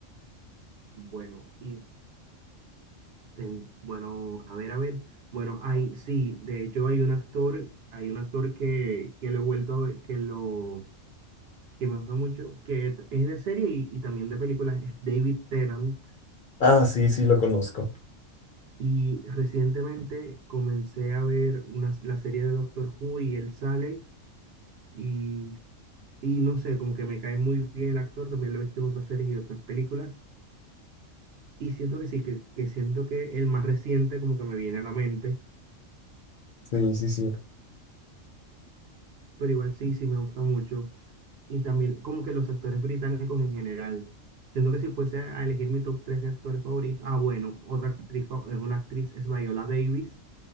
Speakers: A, on the right; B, on the left.
A: Bueno, y ten- bueno, a ver, a ver. Bueno, hay, sí, de hecho hay un actor, hay un actor que, que lo he vuelto a ver, que lo, que me gusta mucho, que t- es de serie y, y también de películas, es David Tennant
B: Ah, sí, sí, lo conozco.
A: Y recientemente comencé a ver una, la serie de Doctor Who y él sale y, y no sé, como que me cae muy bien el actor, también lo he visto en otras series y otras películas. Y siento que sí, que, que siento que el más reciente como que me viene a la mente,
B: Sí, sí, sí.
A: pero igual sí, sí me gusta mucho. Y también como que los actores británicos en general. Siento que si fuese a elegir mi top 3 de actores favoritos, ah bueno, otra actriz fa- es una actriz, es Viola Davis,